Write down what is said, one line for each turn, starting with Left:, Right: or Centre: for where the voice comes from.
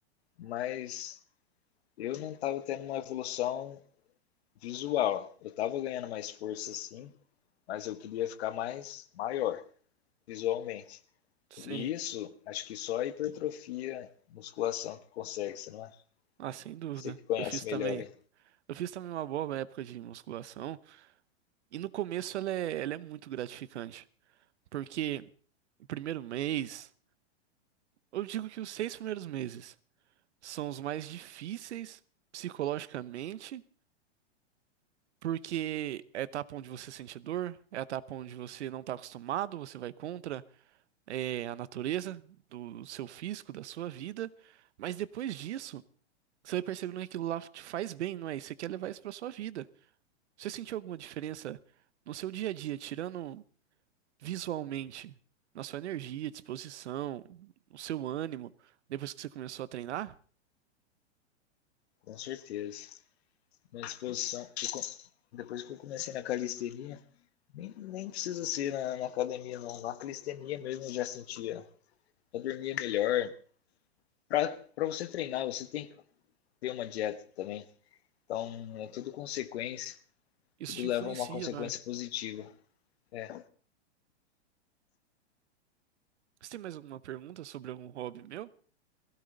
Left: mas Eu não estava tendo uma evolução visual. Eu estava ganhando mais força, sim, mas eu queria ficar mais maior visualmente.
Right: Sim.
Left: E isso, acho que só a hipertrofia, musculação que consegue, você não é?
Right: Ah, sem dúvida.
Left: Você que conhece
Right: Eu fiz também.
Left: melhor aí,
Right: Eu fiz também uma boa época de musculação. E no começo ela é, ela é muito gratificante. Porque o primeiro mês, eu digo que os seis primeiros meses são os mais difíceis psicologicamente Porque é etapa onde você sente dor, é etapa onde você não está acostumado, você vai contra é, a natureza do seu físico, da sua vida. Mas depois disso, você vai percebendo que aquilo lá te faz bem, não é? E você quer levar isso para sua vida. Você sentiu alguma diferença no seu dia a dia, tirando visualmente, na sua energia, disposição, no seu ânimo, depois que você começou a treinar?
Left: com certeza. Minha disposição, depois que eu comecei na calistenia, nem, nem precisa ser na, na academia, não. Na calistenia mesmo eu já sentia, eu dormia melhor. Para você treinar, você tem que ter uma dieta também. Então é tudo consequência,
Right: Isso
Left: tudo
Right: te
Left: leva
Right: influencia,
Left: a uma consequência
Right: não é?
Left: positiva. É.
Right: Você tem mais alguma pergunta sobre algum hobby meu?